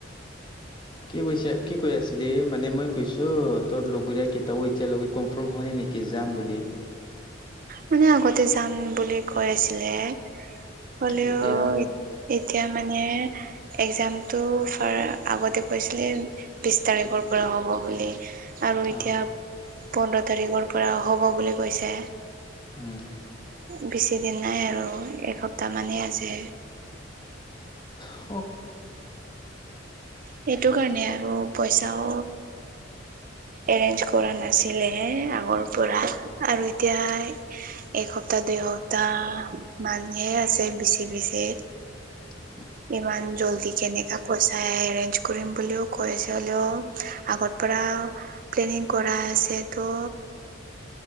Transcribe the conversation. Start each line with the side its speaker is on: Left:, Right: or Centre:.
Left: কি কৈছে কি কৈ আছিলি মানে মই কৈছো তোৰ লগৰীয়া কেইটাও এতিয়ালৈকে কনফাৰ্ম হুৱা নাই নেকি কি জাম বুলি
Right: মানে আগতে যাম বুলি কৈ আছিলে হলেও
Left: এতিয়া
Right: এতিয়া মানে একজামটো ফা আগতে কৈছিলে বিশ তাৰিখৰ পৰা হ'ব বুলি আৰু এতিয়া
Left: অ',
Right: পোন্ধৰ তাৰিখৰ পৰা হ'ব বুলি কৈছে
Left: উম,
Right: বেছি দিন নাই আৰু এসপ্তাহ মানেই আছে
Left: ?
Right: সেইটো কাৰণে আৰু পইচাও এৰেঞ্জ কৰা নাছিলে হ আগৰ পৰা আৰু এতিয়া এসপ্তাহ দেউতা, মানুহে আছে বেছি বেছি।
Left: <inaudible>
Right: ইমান জল্দি কেনেকা কৈচাই এৰেঞ্জ কৰিম বুলিও কৈছে হলেও আগৰ পৰাও প্লেনিং কৰাই আছে ত'
Left: <inaudible>